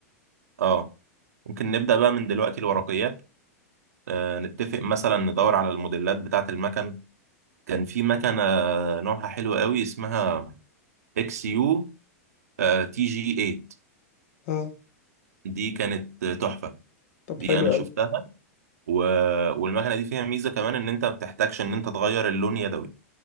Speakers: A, on the right (about 75°); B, on the left (about 60°).
A: اه ممكن نبدأ بقى من دلوقتي الورقيات آه نتفق مثلا ندور على الموديلات بتاعة المكن كان في مكنة نوعها حلو قوي اسمها اكس يو آه، تي جي 8
B: ها
A: دي كانت تحفة
B: طب
A: دي
B: حلو
A: انا
B: قوي
A: شفتها و... والمكنة دي فيها ميزة كمان ان انت ما بتحتاجش ان انت تغير اللون يدوي